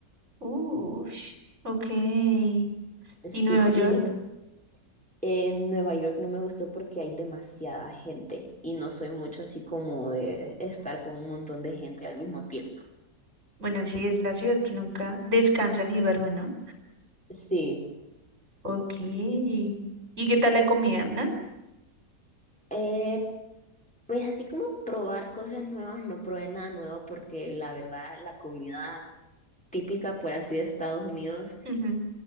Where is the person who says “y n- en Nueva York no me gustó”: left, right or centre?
Centre